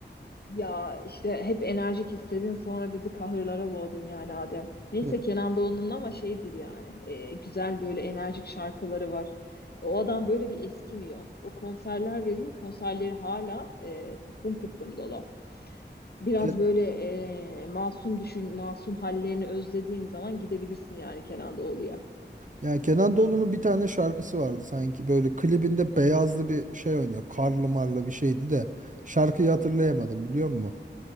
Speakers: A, on the left; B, on the right.
A: Ya işte hep enerjik istedin sonra bizi kahırlara boğdun yani Adem. Neyse
B: Ne-
A: Kenan Doğulu'nun ama şeydir yani e, güzel böyle enerjik şarkıları var. E, o adam böyle bir eskimiyor. O konserler veriyor konserleri hala e, tıklım tıklım dolu. Biraz
B: Ke-
A: böyle e, masum düşün masum hallerini özlediğin zaman gidebilirsin yani Kenan Doğulu'ya.
B: Yani Kenan Doğulu'nun bir tane şarkısı vardı sanki böyle klibinde beyazlı bir şey oynuyor. Karlı marlı bir şeydi de şarkıyı hatırlayamadım biliyor musun?